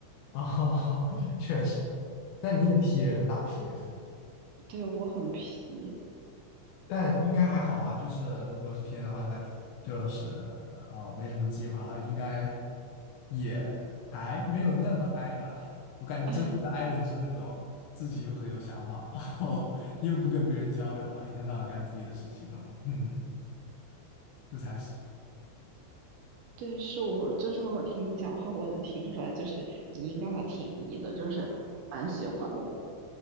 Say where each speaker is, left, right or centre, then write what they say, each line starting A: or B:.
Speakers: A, on the left; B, on the right.
A: 哦，<laughs> 确实，但你也 P 人，大 P 人。
B: <laughs> 对，我很 P。
A: 但应该还好啊，就是如果是 P N 的话呢，就是啊、呃没什么计划，应该也还没有那么 I 了。我感觉真正的
B: <laughs>
A: I 人是那种自己又很有想法，然后 <laughs> 又不跟别人交流了，然后一天到晚干自己的事情了。嗯，这才是
B: 对，是我，就是我听你讲话，我能听出来，就是你应该还挺 E 的，就是蛮喜欢